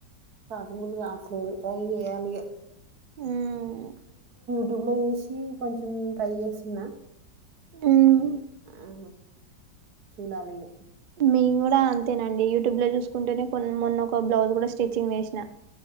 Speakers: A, on the right; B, on the right.
A: పాసింగ్లు గాస్లు ట్రై చేయాలిగ
B: మ్మ్.
A: యూటుబ్లో చూసి కొంచెం ట్రై చేస్సున్నా
B: మ్మ్.
A: ఆ చూడాలిగా
B: మేం గూడా అంతేనండి యూటుబ్ లో చూసుకుంటేనే కొన్ మొన్న ఒక బ్లౌజ్ కూడా స్టిచ్చింగ్ చేస్న